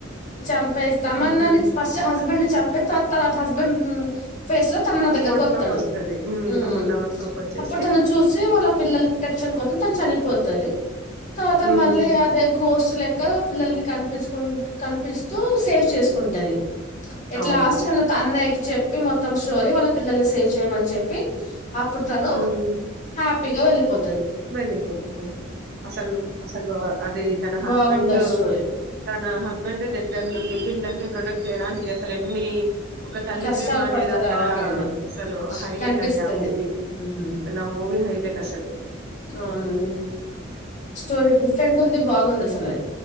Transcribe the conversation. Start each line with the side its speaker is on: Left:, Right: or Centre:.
Left: చంపేసి తమ్మన్నా
Right: హ్మ్.
Left: ని ఫస్ట్ హస్బెండ్ ని చం పచ్ త త త హస్బెండ్ ఫేస్ లో తమన్న దగ్గరకు
Right: ఒంట్లోకొస్తది.
Left: వత్తడు
Right: హ్మ్.
Left: ఉమ్
Right: తమన్నా ఒంట్లోకొచ్చేసి
Left: అప్పుడు తను చూసి వాళ్ళ పిల్లల ప్రొటెక్షన్ కోసం తను చనిపోతది తర్వాత
Right: హ్మ్.
Left: మళ్ళీ అదే గోస్ట్ లెక్క పిల్లలకి కనిపిస్కున్ కనిపిస్తూ సేవ్ చేసుకుంటది ఎట్లా
Right: అవును.
Left: అష్టమన్ లొ తన్నేకి చెప్తే మొత్తం స్టోరి వాళ్ళ పిల్లలు సేవ్ చేయమని చెప్ ప్పి అప్పుడు తను
Right: హ్మ్.
Left: హ్యాప్ పీగా వెళ్ళిపో
Right: వెళ్ళిపోతది అసలు అసలు అది తన హస్బెండ్
Left: బాగుంది ఆ స్టోరీ
Right: తన హస్బెండ్ దగ్గర నుండి పిల్లల్ని బ్రో దన్ చేయడానికి అసలు ఎన్ని ఒక తల్లి
Left: కష్టాలు
Right: ప్రేమ అనేది
Left: పడతది
Right: అక్కడ
Left: అవునండి
Right: అసలు హైలెట్
Left: కనిపిస్తది
Right: అండి ఆ మూవీ
Left: హ్మ్
Right: అసలు ఆ మూవీ హైలెట్ అసలు
Left: అవునండి స్టోరి డిఫరెంట్ ఉంది బాగుంది అస్ తెలది